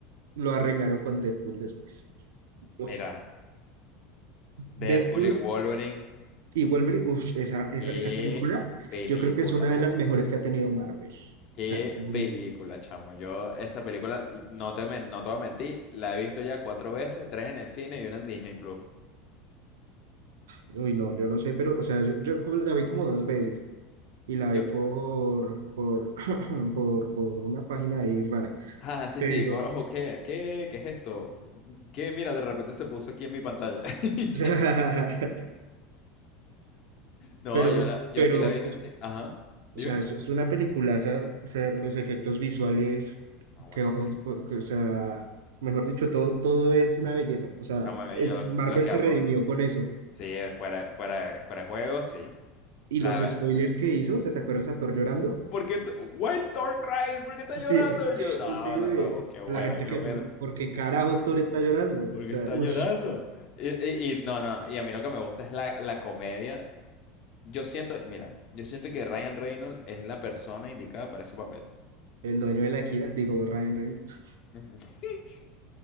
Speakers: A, on the right; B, on the left.
A: lo arreglaron con Deadpool después. Uf,
B: mira, Deadpool
A: Deadpool
B: y Wolverine,
A: y Wolverine, uf, esa, esa,
B: qué
A: esa película
B: película,
A: yo creo que es una de las mejores que ha tenido Marvel.
B: qué
A: O sea, muy
B: película,
A: bien.
B: chamo. Yo esa película, no te, men- no te voy a mentir, la he visto ya cuatro veces, tres en el cine y una en Disney Plus.
A: uy, no, yo no sé, pero, o sea, yo, yo como la vi como dos veces y la vi
B: yo
A: por, por, <laughs> <clears throat> por, por una página ahí rara,
B: Ah, sí,
A: pero,
B: sí, por- ojo, ¿qué? ¿Qué? ¿Qué es esto? ¿Qué? Mira, de repente se puso aquí en mi pantalla. <laughs>
A: <laughs>
B: No,
A: pero,
B: yo la, yo
A: pero,
B: sí la vi en el cine. Ajá, dime.
A: O sea, es, es una peliculaza, o sea, los efectos visuales,
B: Ah, buenísimo.
A: que, o o sea, mejor dicho, todo, todo es una belleza. O sea,
B: Chamo, eh,
A: eh,
B: yo lo,
A: Marvel
B: que- lo que
A: se
B: amo,
A: redimió con eso.
B: sí, eh, fuera, fuera, fuera de juego, sí.
A: Y
B: La,
A: los spoilers que hizo, ¿se te acuerdas a Thor llorando?
B: ¿por qué? t- Why start crying? ¿Por qué está
A: Sí,
B: llorando?
A: <laughs>
B: Y Yo, no,
A: sí,
B: no, no, qué buena,
A: la gente
B: qué
A: que,
B: buena.
A: porque carajos Thor está llorando?
B: Porque
A: O sea,
B: está
A: ush,
B: llorando. Y, y, y no, no, y a mí lo que me gusta es la, la comedia. Yo siento, mira, yo siento que Ryan Reynolds es la persona indicada para ese papel.
A: el dueño de la equidad, digo, Ryan Reynolds.
B: <laughs> Ujú.